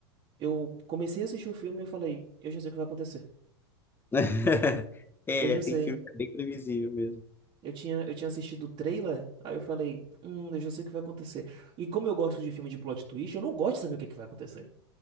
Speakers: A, on the right (about 35°); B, on the left (about 15°).
A: eu comecei a assistir o filme e eu falei, eu já sei o que vai acontecer.
B: <laughs> É,
A: Eu já sei.
B: tem filme que é bem previsível mesmo.
A: Eu tinha, eu tinha assistido o trailer, aí eu falei, hum, eu já sei o que vai acontecer. E como eu gosto de filme de plot twist, eu não gosto de saber o que que vai acontecer.